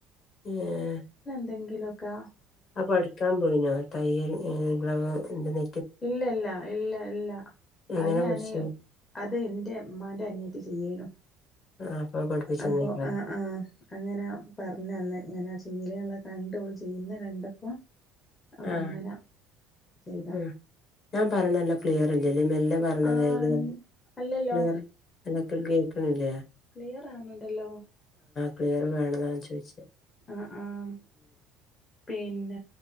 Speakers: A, on the left (about 35°); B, on the left (about 15°).
A: ഏഹ്
B: ന്തെങ്കിലൊക്ക
A: അ പടിക്കാൻ പോയിനോ തയ്യൽ ഗ്ലവ് എന്തിന്
B: ഇല്ലല്ല. ഇല്ല ഇല്ല
A: എങ്ങനെ
B: അത് ഞാന്
A: പഠിച്ചേ
B: അത് ന്റെ മ്മാന്റെ അനിയത്തി ചെയ്യേയ്നു.
A: ആഹ് അപ്പൊ പഠിപ്പിച്ചന്നേക്കാരം
B: അപ്പൊ ആഹ് ആഹ് അങ്ങനാ പർഞ്ഞന്ന് ഇങ്ങനെ ചെ യ്യല്ള്ള കണ്ട് ഓൾ ചെയ്യുന്ന കണ്ടപ്പോ അപ്പൊ
A: ആഹ്
B: അങ്ങന ചെയ്താ.
A: ഉം ഞാൻ പറിണല്ല ക്ലിയറല്ല് ല്ലേ മെല്ലെ പറിണ <unintelligible>
B: ആഹ്
A: ക്ലിയറ്
B: അല്ലല്ലോ
A: നല്ല കേ ക്ക്ണില്ലേ.
B: ക്ലിയറ് ആന്നുണ്ടല്ലോ.
A: ക്ലിയർ വേണന്നാ ഞാ ചോയ്ച്ചേ.
B: ആഹ് ആഹ് പിന്ന